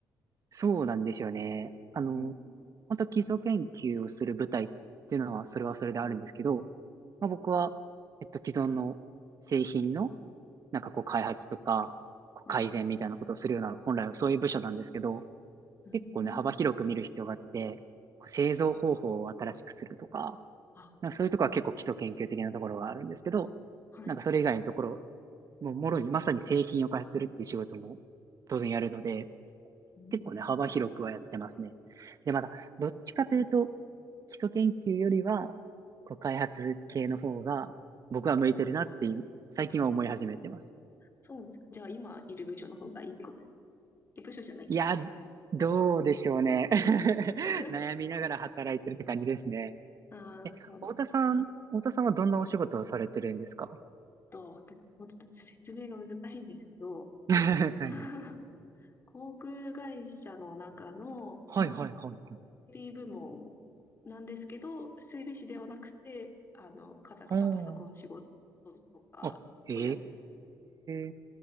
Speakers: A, on the right; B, on the left.
A: そうなんですよね。あの、
B: うん。
A: 本当基礎研究をする部隊っていうのは、それはそれであるんですけど、まあ、僕は、えっと、既存の製品の、なんかこう、開発とか、こう改善みたいなことをするような、
B: はい。
A: 本来はそういう部署なんですけど、
B: うん。
A: 結構ね、幅広く見る必要があって、こう製造方法を新しくするとか、
B: あ、
A: なんかそういうところは結構基礎研究的なところはあるんですけど、
B: はい。
A: なんかそれ以外のところ、もうもろにまさに製品を開発するっていう仕事も当然やるので、
B: うん。
A: 結構ね、幅広くはやってますね。で、また、どっちかというと、基礎研究よりは、こう開発系の方が、僕は向いてるなって今、最近は思い始めてます。
B: そうなんですか。じゃあ、今いる部署の方がいいってことです。え、部署じゃない。
A: いや、どうでしょうね。<laughs>
B: <laughs>
A: 悩みながら働いてるって感じですね。
B: ああ、
A: え、
B: なるほど。
A: 太田さん、太田さんはどんなお仕事をされてるんですか <laughs>
B: と、私、もうちょっと説明が難しいんですけど、
A: は
B: えー <laughs>
A: い
B: 航空会社の中の
A: はいはいはい。
B: エーピー部門なんですけど、整備士ではなくて、あの、カタカタパソコン仕事
A: うん。
B: とかをやっ
A: あ、へえ。